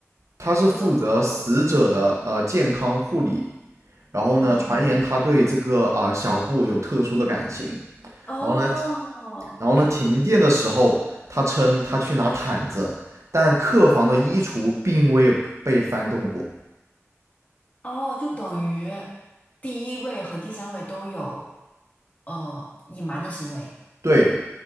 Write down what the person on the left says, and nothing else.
负责所有。
哦
哦
哦，就等于第一位和第三位都有。呃隐瞒的行为。